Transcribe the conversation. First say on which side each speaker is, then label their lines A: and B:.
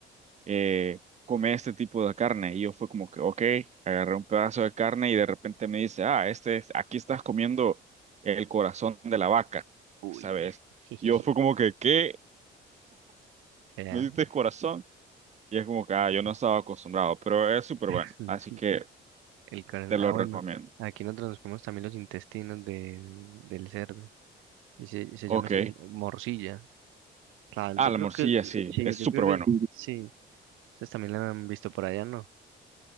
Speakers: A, on the right (about 35°); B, on the right (about 80°).
A: eh, come este tipo de carne. Y yo fue como que, ok, agarré un pedazo de carne y de repente me dice, ah, este es, aquí estás comiendo el corazón de la vaca,
B: Uy.
A: ¿sabes?
B: <laughs>
A: Y yo fue como que, ¿qué?
B: Era
A: ¿Me diste el corazón? Y es como que, ah, yo no estaba acostumbrado, pero es súper
B: <laughs>
A: bueno, así que
B: el corazón.
A: te lo
B: Ah, bueno.
A: recomiendo.
B: Aquí nosotros nos comemos también los intestinos de, del cerdo. Y se, se
A: Ok.
B: llama es que morcilla. Claro,
A: Ah,
B: yo
A: la
B: creo
A: morcilla,
B: que
A: sí,
B: sí,
A: es súper
B: yo creo que
A: bueno.
B: sí. Ustedes también la han visto por allá, ¿no?